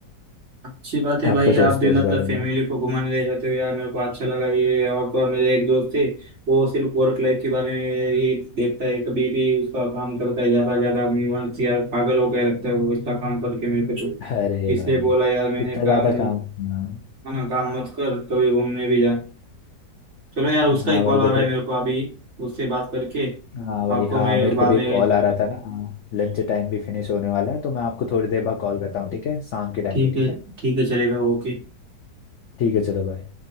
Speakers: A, on the right (about 40°); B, on the left (about 65°).
A: अच्छी बात है भाई
B: आप क्या सोचते
A: आप भी
B: हो
A: मतलब
B: इस बारे
A: फैमिली
B: में
A: को घुमाने ले जाते हो यार मेरे को अच्छा लगा ये और तो और मेरे एक दोस्त थे वो सिर्फ वर्क लाइफ के बारे में ही देखता है कभी भी उसका काम करता है ज्यादा ज्यादा मन से यार पागल हो गया लगता है वो इतना काम करके मेरे को तो
B: अरे
A: इसलिए
B: भाई
A: बोला यार मैंने
B: इतना ज़्यादा
A: काम
B: काम हाँ
A: है ना काम मत कर कभी घूमने भी जा चलो यार उसका
B: हाँ
A: ही कॉल
B: भाई देखो
A: आ रहा है मेरे को अभी उससे बात करके
B: हाँ भाई
A: आपको
B: हाँ
A: मैं
B: मेरे
A: बाद
B: को भी
A: में
B: एक कॉल आ रहा है था ना हाँ लंच टाइम भी फिनिश होने वाला है तो मैं आपको थोड़ी देर बाद कॉल करता हूँ ठीक है शाम के टाइम
A: ठीक
B: पे ठीक
A: है
B: है
A: ठीक है चलेगा ओके
B: ठीक है चलो भाई